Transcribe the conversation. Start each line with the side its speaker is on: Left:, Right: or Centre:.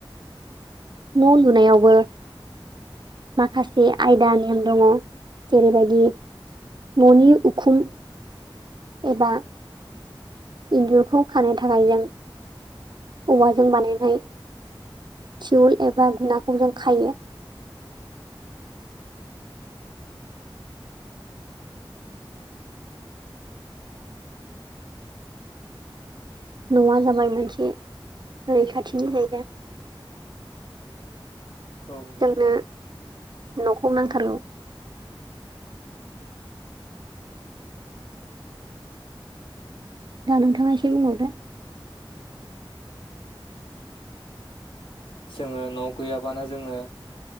Right: न' लुनायावबो माखासे आयदा नेम दङ जेरैबायदि न'नि उखुम एबा इन्जुरखौ खानो थाखाय जों औवाजों बानायनाय थिउल एबा गुनाखौ जों खायो। न'आ जाबाय मोनसे रैखाथिनि जायगा।
Left: औ नंगौ
Right: जोंनो
Left: नोंथां
Right: न'खौ नांथारगौ दा नोंथाङा एसे बुंबावदो
Left: जोङो न' गैयाबानो जोङो